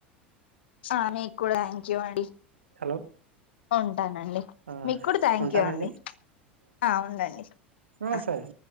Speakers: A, on the left; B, on the right.
A: స మీకు కూడా థ్యాంక్ యూ అండి.
B: హలో
A: ఉంటానండి.
B: ఆ
A: మీకు కూడా థ్యాంక్
B: ఉంటానండి
A: యూ అండి. ఆ ఉండండి
B: ఆ
A: అ
B: సరే